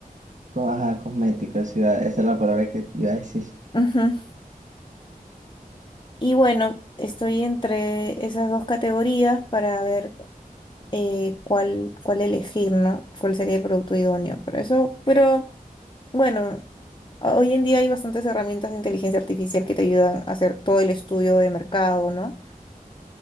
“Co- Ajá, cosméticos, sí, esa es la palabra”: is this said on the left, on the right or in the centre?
Right